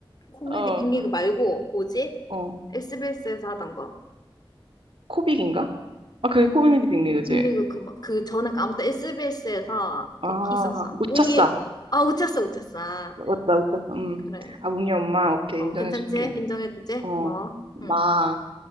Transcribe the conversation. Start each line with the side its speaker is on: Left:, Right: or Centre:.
Left: 코미디
Right: 어,
Left: 빅리그 말고, 뭐지?
Right: 어,
Left: SBS에서 하던 거.
Right: 코빅인가? 아, 그게 코빅이 빅리 그지?
Left: 빅리그 그, 뭐- 그 전에 그 아무튼 SBS에서 그
Right: 아,
Left: 있었어.
Right: 웃쳤어.
Left: 웅이, 아, 웃쳤어, 웃쳤어.
Right: 맞다, 웃쳤어. 음,
Left: 그래.
Right: 아, 웅이 엄마. 오케이,
Left: 어,
Right: 인정해줄게.
Left: 괜찮지? 인정해주지?
Right: 어,
Left: 고마워.
Right: 마,
Left: 응.